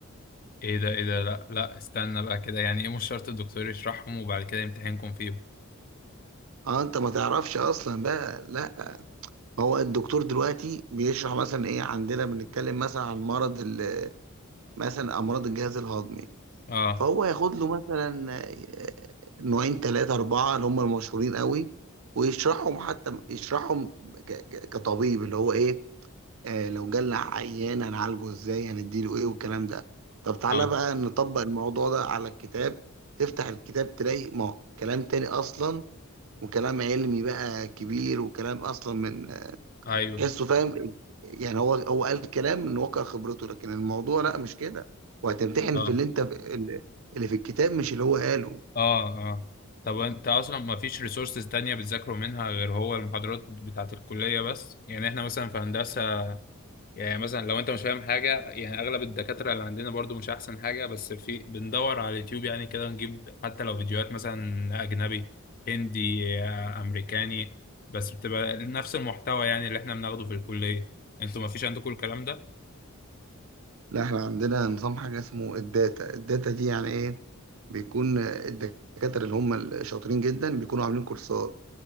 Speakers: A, on the left; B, on the right.
A: ايه ده ايه ده لا لا استنى بقى كده يعني ايه مش شرط الدكتور يشرحهم وبعد كده يمتحنكم فيهم
B: اه انت ما تعرفش اصلا بقى لا ما هو الدكتور دلوقتي بيشرح مثلا ايه عندنا بنتكلم مثلا عن مرض ال- مثلا امراض الجهاز الهضمي
A: اه
B: فهو ياخد له مثلا آه، نوعين ثلاثة أربعة اللي هم المشهورين قوي ويشرحهم حتى يشرحهم ك- ك- كطبيب اللي هو ايه آه، لو جالنا عيان هنعالجه ازاي هنديله ايه والكلام ده طب تعالى
A: اه
B: بقى نطبق الموضوع ده على الكتاب تفتح الكتاب تلاقي ما كلام تاني اصلا وكلام علمي بقى كبير وكلام اصلا من
A: ايوه
B: تحسه فاهم يعني هو هو قال كلام من واقع خبرته لكن الموضوع لا مش كده وهتمتحن
A: اه
B: في اللي انت اللي في الكتاب مش اللي هو قاله
A: اه اه طب انت اصلا ما فيش ريسورسز تانية بتذاكروا منها غير هو المحاضرات بتاعت الكلية بس يعني احنا مثلا في هندسة يعني مثلا لو انت مش فاهم حاجه يعني اغلب الدكاتره اللي عندنا برضو مش احسن حاجه بس في بندور على اليوتيوب يعني كده نجيب حتى لو فيديوهات مثلا اجنبي هندي آه، امريكاني بس بتبقى نفس المحتوى يعني اللي احنا بناخده في الكليه انتوا ما فيش عندكم الكلام ده
B: لا احنا عندنا نظام حاجة اسمه الداتا الداتا دي يعني ايه بيكون الدكاترة اللي هم الشاطرين جدا بيكونوا عاملين كورسات